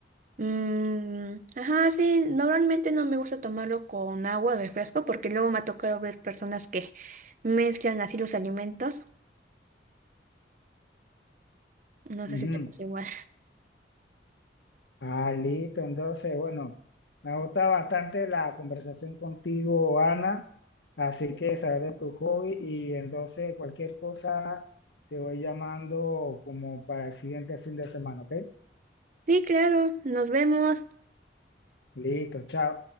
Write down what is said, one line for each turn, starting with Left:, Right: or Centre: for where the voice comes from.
Right: Mm, ajá, sí, normalmente no me gusta tomarlo con agua de refresco porque luego me ha tocado ver personas que mezclan así los alimentos. No sé
Left: Ujú.
Right: si te pasa igual. <laughs>
Left: Ah, listo. Entonces, bueno, me gusta bastante la conversación contigo, Ana. Así que saber de tu hobby y entonces cualquier cosa te voy llamando como para el siguiente fin de semana, ¿ok?
Right: Sí, claro, nos vemos.
Left: Listo, chao.